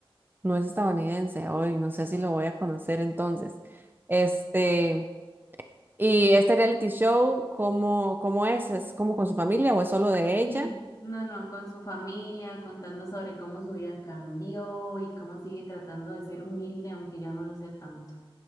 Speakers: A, on the right; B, on the left.
A: No es estadounidense, hoy no sé si lo voy a conocer entonces. Este, y este reality show, ¿cómo, cómo es? ¿Es como con su familia o es solo de ella?
B: Sí. No, no, con su familia, contando sobre cómo su vida cambió y cómo sigue tratando de ser humilde, aunque ya no lo sea tanto.